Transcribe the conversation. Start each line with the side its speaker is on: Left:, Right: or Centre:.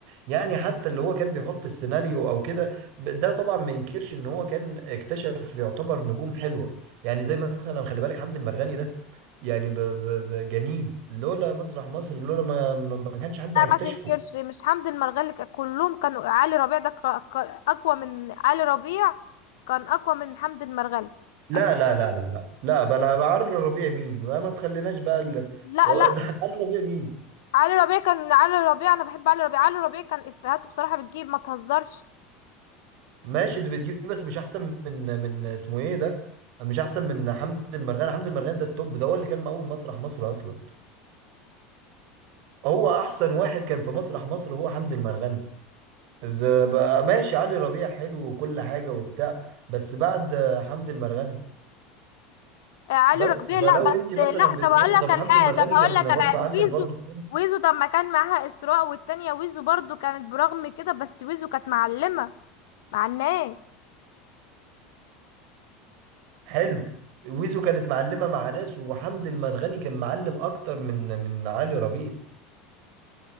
Right: يعني حتى اللي هو كان بيحط السيناريو او كده ب- ده طبعا ما ينكرش ان هو كان اكتشف يعتبر نجوم حلوة يعني زي مثلا خلي بالك حمد المرغني ده يعني ب ب ب جميل لولا مسرح مصر لولا ما ما ما كانش حد هيكتشفه
Left: لا ما تنكرش مش حمدي المرغلي كان- كلهم كانوا علي ربيع ده ك- ك- اقوى من علي ربيع كان اقوى من حمدي المرغلي
Right: لا
Left: عش...
Right: لا لا لا لا لا بلا بعر ربيع مين ما ما تخليناش بقى ال...
Left: لا
Right: و-
Left: لا
Right: ده <laughs> عمرو ربيع مين
Left: علي ربيع كان علي ربيع انا بحب علي ربيع علي ربيع كان افهاته بصراحة بتجيب ما تهزرش
Right: ماشي دي بتجيب بس مش احسن من من اسمه ايه ده مش احسن من حمدي المرغني حمدي المرغني ده التوب ده هو اللي كان مقوم مسرح مصر اصلا هو احسن واحد كان في مسرح مصر هو حمدي المرغني ده بقى ماشي علي ربيع حلو وكل حاجة وبتاع بس بعد حمدي المرغني
Left: آه، علي
Right: بس
Left: ربيع
Right: فلو
Left: لا بس
Right: انت مثلا
Left: لا
Right: بتحب
Left: طب هقول لك
Right: طب
Left: على
Right: حمدي
Left: حاجة
Right: المرغني
Left: طب هقول
Right: كان
Left: لك على
Right: برضو
Left: حاجة
Right: عامل
Left: ويزو
Right: برضو فيلم
Left: ويزو طب ما كان معاها اسراء والتانية ويزو برضو كانت برغم كده بس ويزو كانت معلمة مع الناس
Right: حلو ويزو كانت معلمة مع ناس وحمدي المرغني كان معلم اكتر من من علي ربيع